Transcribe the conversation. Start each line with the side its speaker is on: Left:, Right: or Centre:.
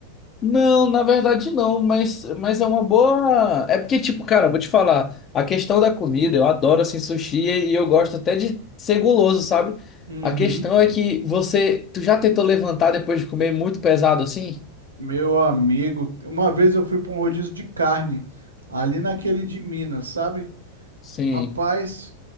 Left: Não, na verdade não, mas, mas é uma boa. É porque, tipo, cara, eu vou te falar, a questão da comida, eu adoro assim sushi e eu gosto até de ser guloso, sabe?
Right: Uhum.
Left: A questão é que você. Tu já tentou levantar depois de comer muito pesado assim?
Right: Meu amigo, uma vez eu fui pra um rodízio de carne, ali naquele de Minas, sabe?
Left: Sim.
Right: Rapaz.